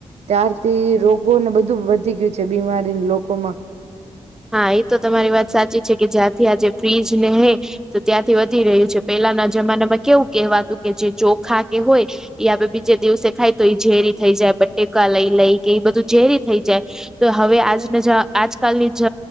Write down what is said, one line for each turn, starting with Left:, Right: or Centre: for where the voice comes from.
Right: ત્યારથી રોગોને બધું વધી ગયું છે બીમારી લોકો માં.
Centre: હા એ તો તમારી વાત સાચી છે કે જ્યાંથી આ જે ફ્રીજ ને હે તો ત્યાંથી વધી રહ્યું છે. પેલાના જમાનામાં કેવું કહેવાતું કે જે ચોખા કે હોય એઈ આપે બીજે દિવસે ખાય તો ઝેરી થઈ જાય બટેકા લઈ લઈ કે એ બધું ઝેરી થઈ જાય તો હવે આજ આજકાલની જ